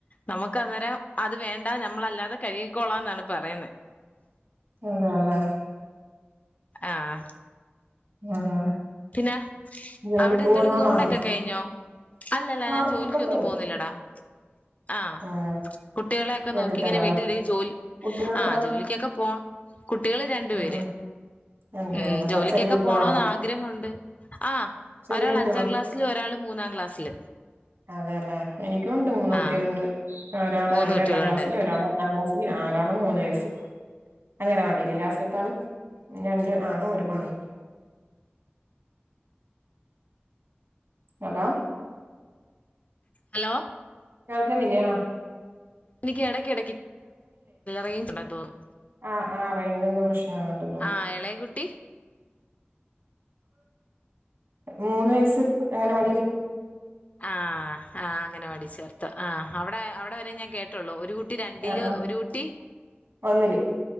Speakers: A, on the left; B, on the right.
A: നമുക്ക് അന്നേരം അത് വേണ്ട നമ്മളല്ലാതെ കഴുകിക്കോളാം എന്നാണ് പറയുന്നെ
B: അതേല്ലേ
A: ആഹ്
B: ആഹ്
A: പിന്നെ
B: ജോലിക്ക്
A: അവിടെ എന്തടക്ക
B: പോകുന്ന ആളാണോ
A: ഊണൊക്കെ കഴിഞ്ഞോ അല്ലല്ല
B: ആഹ്
A: ഞാൻ ജോലിക്ക്
B: ഊണൊക്കെ
A: ഒന്നും
B: കഴിഞ്ഞു
A: പോന്നില്ലടാ ആഹ
B: ഉം
A: കുട്ടികളെക്കെ
B: വീട്ടിൽ
A: നോക്കി ഇങ്ങനെ
B: തന്നെല്ലേ
A: വീട്ടിൽ ജോലി
B: കുട്ടികൾ എത്ര
A: ആഹ ജോലിക്കൊക്കെ പോണം കുട്ടികള് രണ്ടു
B: ഉം
A: പേര്
B: ഉം രണ്ടു
A: ഉം
B: പേരുണ്ടല്ലേ
A: ജോലിക്കൊക്കെ
B: ചെറിയ കുട്ടികളാണോ
A: പോണോന്ന ആഗ്രഹുണ്ട് ആഹ
B: ചെറിയ
A: ഒരാൾ
B: കുട്ടികളാ
A: അഞ്ചാം ക്ലാസ്സില് ഒരാള് മൂന്നാം ക്ലാസ്സില്
B: അതെയല്ലേ എനിക്കുണ്ട് മൂന്നൂട്ടിള്ണ്ട്
A: ആഹ്
B: ഒരാള്
A: മൂന്ന് കുട്ടികളുണ്ട്
B: രണ്ടാം ക്ലാസ്സില് ഒരാള് ഒന്നാം ക്ലാസ് ആരാള മൂന്ന് വയസ്സ് അംഗനവാടില് ലാസ്റ്റത്ത ആൾ രണ്ട് ആണും ഒരു പെണ്ണും ഹലോ
A: ഹലോ
B: കേൾക്കുന്നില്ലേ ആഹ
A: എനിക്ക് ഇടക്ക് ഇടക്ക് റേഞ്ച് ഇണ്ടാവുമ്പോ തോന്നും
B: ആഹ ആഹ റേഞ്ച് എന്ത് പ്രശ്ന ഇണ്ടോ തോന്നുന്നു
A: ആഹ് ഇളയ കുട്ടി
B: മൂന്ന് വയസ് അംഗനവാടില്
A: ആ ആഹ് അങ്ങനവാടി ചേർത്ത് ആ അവിടെ അവിടെ വരെ ഞാൻ കേട്ടുള്ളൂ ഒരുകു കുട്ടി രണ്ടില്
B: ആ ആ ആ
A: ഒരു കുട്ടി
B: ഒന്നില്